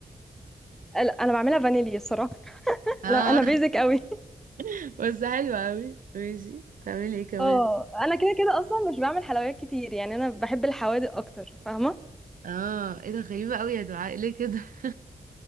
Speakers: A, in the centre; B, on the right (about 65°).
A: لا، انا بعملها فانيليا الصراحه <laughs>
B: اه
A: انا انا بيزك قوي <laughs>
B: <laughs> بس حلوة اوي ماشي تعملي ايه كمان
A: اه انا كده كده اصلا مش بعمل حلويات كتير يعني انا بحب الحوادق اكتر فاهمه
B: اه ايه ده غريبة اوي يا دعاء ليه كده <laughs>